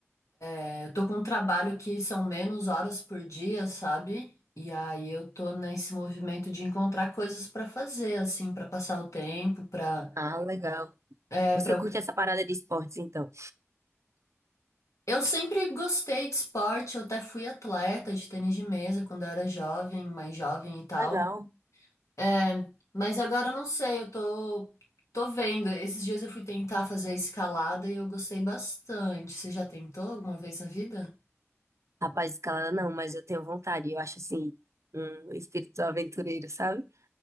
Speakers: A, on the left (about 90°); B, on the right (about 75°).
A: É, Eu tô com um trabalho que são menos horas por dia, sabe? E aí eu tô nesse movimento de encontrar coisas pra fazer, assim, pra passar o tempo, pra.
B: Ah, legal.
A: é,
B: Você
A: para
B: curte essa parada de esportes, então?
A: eu sempre gostei de esporte, eu até fui atleta de tênis de mesa quando eu era jovem, mais jovem e tal.
B: Legal.
A: É, mas agora eu não sei, eu tô tô vendo. Esses dias eu fui tentar fazer escalada e eu gostei bastante. Você já tentou alguma vez na vida?
B: Rapaz, escalada não, mas eu tenho vontade. Eu acho assim, um espírito aventureiro, sabe?